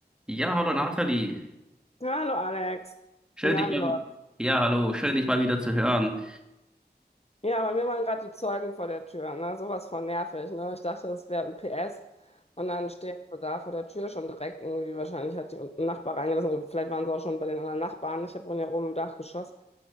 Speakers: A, in the centre; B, on the left.
A: Ja, hallo Nathalie.
B: Ja, Hallo Alex.
A: Schön
B: Na,
A: dich mal,
B: wie läuft's?
A: ja, hallo, schön dich mal wieder zu hören.
B: Ja, bei mir waren gerade die Zeugen vor der Tür. Ne? Sowas von nervig. Ne? Ich dachte, das wäre UPS. Und dann stehen sie da vor der Tür schon direkt. Irgendwie wahrscheinlich hat die unten ein Nachbar reingelassen. Oder vielleicht waren sie auch schon bei den anderen Nachbarn. Ich hab wohne ja oben im Dachgeschoss.